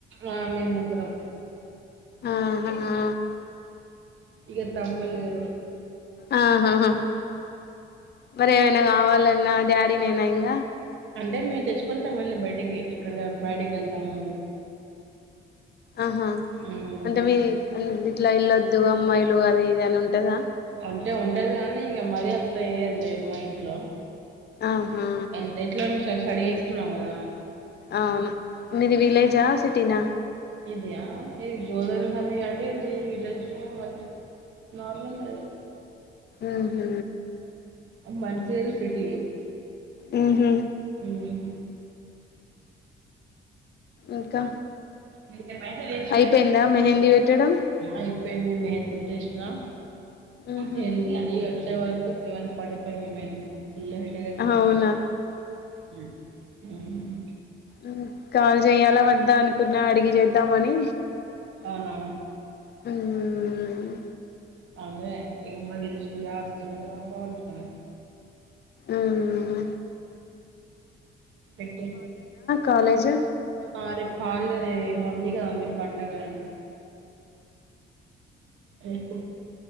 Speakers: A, on the right; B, on the left.
A: ఆ మేమ్ ముగ్గురం
B: ఆహ ఆ
A: ఇగ తమ్ముల్లేరు
B: ఆహ్ హ హ హా మరి ఏమైనా కావాలన్నా డ్యా నేనేనా ఇంగా
A: అంటే మేమ్ తెచ్చుకుంటాం వెళ్ళి బయిటికి ఎక్కడికైన బైటికి వెళ్తాము
B: ఆహా
A: ఉమ్,
B: అంటే మీ అంది ఇట్లా ఏల్లొద్దు అమ్మాయిలు అది ఇది అని ఉంటదా
A: అంటే ఉంటది కానీ ఇగ మరి అంత ఏయరులే మా ఇంట్లో
B: ఆహా
A: ఎల్ ఎట్లా మీ సర్ స్టడీస్ స్నావ్ గదా
B: ఆవ్ను మీది విలేజా సిటీనా.
A: ఇది ఆ ఏ ఇది గోదారి ఫ్యామిలీ అంటే ఇది విలేజ్ మచ్ నార్మల్గ అదే.
B: ఉహు
A: మన్చేల్ సిటీ
B: ఉహు
A: ఉమ్
B: ఇంకా!
A: మిర్
B: అయిపోయిందా మెహందీ పెట్టడం
A: ఐ పేంది మెహెంది పెట్టేశ్లా
B: ఉహు
A: చెళ్ళి వచ్చే వర్ ట్ సెవన్ ఫార్టీ ఫైవ్ ఏమైందేమో ఫుల్ల్ హెడ్డేకైతుంది
B: అవునా
A: నాకైతే ఉమ్ ఉమ్
B: ఉహు కాల్ జెయ్యాలా వద్ద అను. కున్నా అడిగి జేద్దామని
A: ఔనా!
B: ఉమ్
A: అదే ఇగ మరి ఇల్శులాస్తులు <unintelligible> సమే
B: అమ్
A: పెట్టి
B: కాలేజ్
A: ఆ రేప్ హల్డే లే ఏమో ఉంది. ఇగ మీ పండగ ఏమో. రేపు!